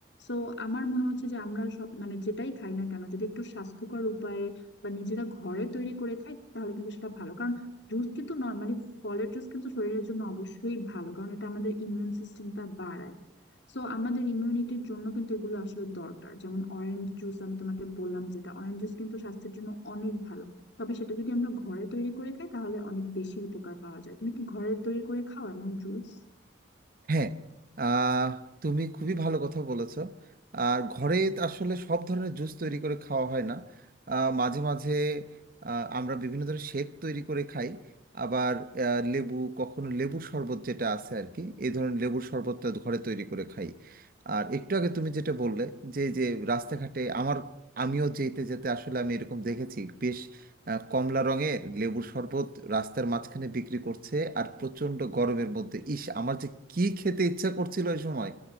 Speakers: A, on the left; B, on the right.
A: সো আমার মনে হচ্ছে যে আমরা সব মানে যেটাই খাই না কেন যদি একটু স্বাস্থ্যকর উপায়ে বা নিজেরা ঘরে তৈরি করে খাই তাহলে কিন্তু সেটা ভালো কারণ জুস কিন্তু নর্মালি ফলের জুস কিন্তু শরীরের জন্য অবশ্যই ভালো কারণ এটা আমাদের ইমিউন সিস্টেমটা বাড়ায় সো আমাদের ইমিউনিটির জন্য কিন্তু এগুলো আসলে দরকার যেমন অরেঞ্জ জুস আমি তোমাকে বললাম যেটা অরেঞ্জ জুস কিন্তু স্বাস্থ্যের জন্য অনেক ভালো তবে সেটা যদি আমরা ঘরে তৈরি করে খাই তাহলে অনেক বেশি উপকার পাওয়া যায় তুমি কি ঘরে তৈরি করে খাও এমন জুস
B: হ্যাঁ আহ, তুমি খুবই ভালো কথা বলেছো আর ঘরে তো আসলে সব ধরনের জুস তৈরি করে খাওয়া হয় না আহ, মাঝে মাঝে আহ, আমরা বিভিন্ন ধরনের শেক তৈরি করে খাই আবার আহ, লেবু কখনো লেবুর শরবত যেটা আছে আর কি এই ধরনের লেবুর শরবতটা ঘরে তৈরি করে খাই আর একটু আগে তুমি যেটা বললে যে যে রাস্তাঘাটে আমার আমিও যেতে যেতে আসলে আমি এরকম দেখেছি বেশ আহ, কমলা রঙের লেবুর শরবত রাস্তার মাঝখানে বিক্রি করছে আর প্রচণ্ড গরমের মধ্যে ইস আমার যে কি খেতে ইচ্ছা করছিল ওই সময়